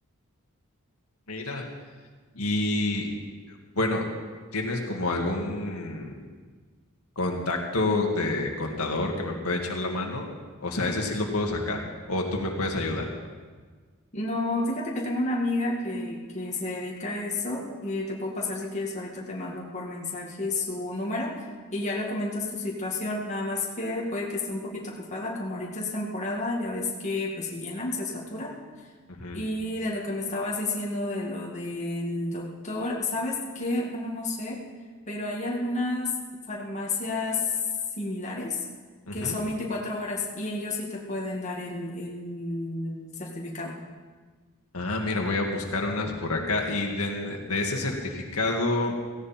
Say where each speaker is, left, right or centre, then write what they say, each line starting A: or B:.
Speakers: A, on the left; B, on the left.
A: Mira. Y Bueno, ¿tienes como algún contacto de contador que me puede echar la mano? O sea, ese sí lo puedo sacar o tú me puedes ayudar.
B: No, fíjate que tengo una amiga que, que se dedica a eso. eh, te puedo pasar si quieres, ahorita te mando por mensaje su número y ya le comentas tu situación. Nada más que puede que esté un poquito ocupada, como ahorita es temporada, ya ves que pues se llenan, se saturan.
A: Ujú,
B: Y de lo que me estabas diciendo de lo del doctor, ¿sabes qué? Bueno, no sé, pero hay algunas farmacias similares
A: ujú.
B: que son 24 horas y ellos sí te pueden dar el el certificado.
A: Ah, mira, voy a buscar unas por acá. Y de, en- de ese certificado,